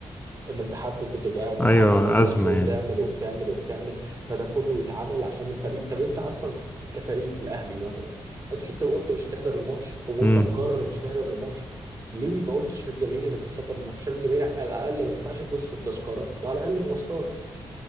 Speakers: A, on the right; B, on the left.
A: ان انت حد كنت بقى بتحضر
B: ايوه
A: الماتش
B: ازمه
A: وبتعمل
B: يعني
A: وبتعمل وبتعمل فده كله يتعمل عشان الفريق طب انت اصلا كفريق الاهلي مثلا انت شو- انت قلت مش هتحضر الماتش وانت
B: امم
A: مقرر مش هتحضر الماتش ليه ما قلتش للجماهير انك مش هتحضر الماتش عشان الجماهير على الاقل ما تدفعش فلوس في التذكره وعلى الاقل مواصلات